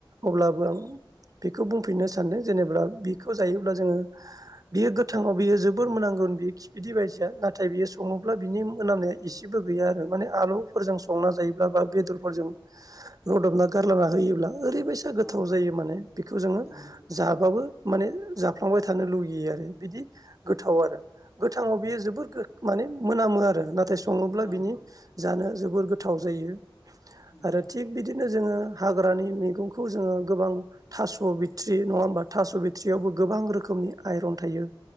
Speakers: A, on the right; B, on the left.
A: अब्लाबो आं बेखौ बुंफिननो सानदों जेनेबा बेखौ जायोब्ला जोङो बियो गोथांबा बियो जोबोर मोनांगोन बियो खिफिदै बायदिसो नाथाय बियो सङोब्ला बिनि मोनामनाया एसेबो गैया आरो माने आलौ फोरजों संना जायोब्ला बा बेदरफोजों रुदबना गारना होयोब्ला ओरैबायसा एसे गोथाव
B: औ
A: जायो माने बेखौ जोङो
B: नंगौ
A: जाबाबो माने जाफ्लांबाय थानो लुगैयो आरो। बिदि गोथाव आरो। गोथांआव बियो जोबोद माने मोनामो आरो नाथाय सङोब्ला
B: औ
A: बिनि जानो जोबोर गोथाव जायो
B: नंगौ
A: आरो थिग बिदिनो जोङो हाग्रानि मैगंखौ जोङो गोबां थास' बिथट्रि नङा होमबा थास' बिथट्रियावबो गोबां रोखोमनि आयरन थायो।